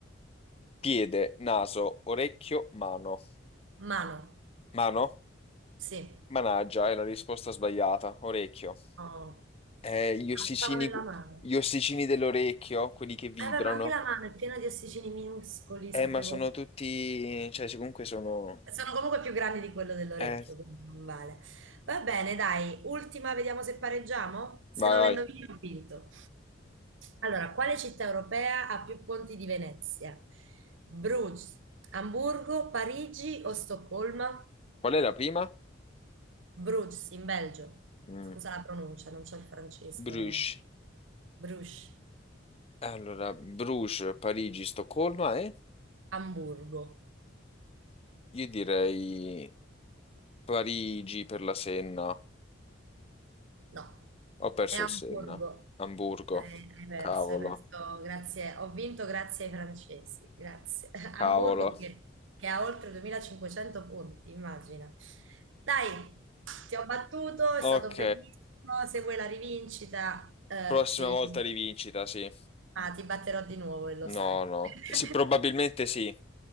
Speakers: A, on the left; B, on the right.
A: Piede, naso, orecchio, mano.
B: Mano,
A: Mano?
B: sì.
A: Managgia, è la risposta sbagliata. Orecchio.
B: Oh.
A: Eh, gli ossicini,
B: Ah, Pensavo nella mano.
A: gli ossicini dell'orecchio, quelli che vibrano.
B: Eh, beh, ma anche la mano è piena di ossicini minuscoli, sapevo.
A: Eh, ma sono tutti... Cioè, se comunque sono...
B: Sono comunque più grandi di quello dell'orecchio,
A: Eh,
B: quindi non vale. Va bene, dai, ultima, vediamo se pareggiamo. Se
A: vai,
B: non le indovini,
A: vai.
B: ho vinto. Allora, quale città europea ha più ponti di Venezia? Bruges, Amburgo, Parigi o Stoccolma?
A: Qual è la prima?
B: Bruges, in Belgio.
A: Mm,
B: Scusa la pronuncia, non c'è il francese.
A: Bruges.
B: Bruges,
A: Allora, Bruges, Parigi, Stoccolma e...
B: Amburgo.
A: Io direi Parigi per la Senna.
B: No,
A: Ho perso
B: è Amburgo.
A: il Senna. Amburgo.
B: Eh, hai perso,
A: Cavolo.
B: hai perso. Grazie. Ho vinto grazie ai francesi. Grazie. <laughs> Amburgo
A: Cavolo.
B: che, che ha oltre 2500 punti, immagina. Dai, ti ho battuto, è
A: Ok,
B: stato bellissimo. Se vuoi la rivincita, eh,
A: prossima
B: ci...
A: volta rivincita, sì.
B: ah, ti batterò di nuovo e lo
A: No,
B: sai.
A: no.
B: <laughs>
A: Sì, probabilmente sì.